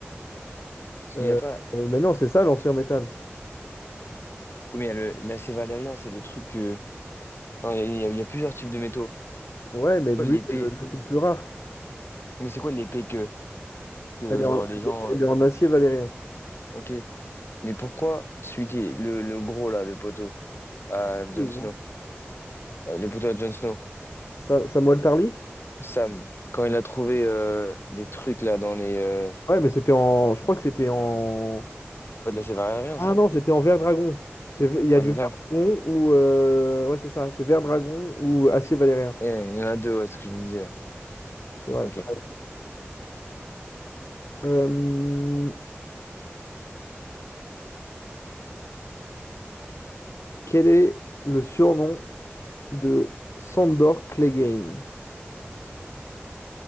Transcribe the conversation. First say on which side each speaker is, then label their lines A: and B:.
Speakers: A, on the left; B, on the left.
A: Parce qu'il
B: Euh,
A: n'y a pas.
B: euh, mais non, c'est ça l'ancien métal.
A: Oui, mais il y a le- l'acé valérien, c'est le truc que. Non, il y a, il y a- il y a plusieurs types de métaux.
B: Ouais, mais
A: C'est
B: lui,
A: quoi l'épée?
B: c'est le, c'est le plus rare.
A: Mais c'est quoi l'épée que, que,
B: Elle est
A: genre,
B: en,
A: les gens.
B: elle
A: euh,
B: est en acier valérien.
A: Ok. Mais pourquoi celui qui est le, le gros, là, le poteau à Jon
B: Oui, bon.
A: Snow? euh, le poteau à Jon Snow,
B: Sa- Samuel Tarly?
A: Sam, quand il a trouvé euh, des trucs, là, dans les. euh,
B: Ouais, mais c'était en. Je crois que c'était en.
A: Pas de l'acé valérien,
B: Ah
A: ça.
B: non, c'était en vert dragon. C'est- Il y
A: Ouais,
B: a du
A: c'est
B: vert
A: ça.
B: dragon ou. euh, Ouais, c'est ça. C'est vert dragon ou acier valérien.
A: Ouais, Il y en a deux, ouais, c'est ce que je me disais.
B: C'est vrai.
A: Ok.
B: t'as raison. Euh, Quel est le surnom de Sandor Clegane.